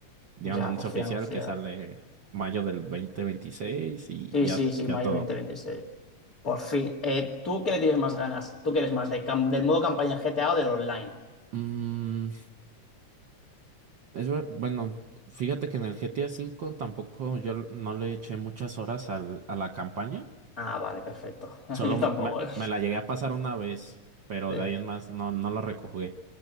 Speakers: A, on the right (about 55°); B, on the left (about 30°).
A: dieron
B: Ya,
A: anuncio
B: por fin
A: oficial
B: anunciar.
A: que sale mayo del 2026 y
B: Sí,
A: ya,
B: sí, sí,
A: ya
B: mayo
A: todo.
B: dos mil veintiséis. Por fin. Eh, ¿tú qué le tienes más ganas? ¿Tú quieres más de cam- del modo campaña en GTA o del online?
A: Mm, es, ver- bueno, fíjate que en el GTA cinco tampoco yo l- no le eché muchas horas al, a la campaña.
B: Ah, vale, perfecto. <laughs>
A: Solo
B: Yo tampoco,
A: me,
B: ¿eh?
A: me la llegué a pasar una vez, pero
B: Sí,
A: de ahí en más no, no lo rejugué.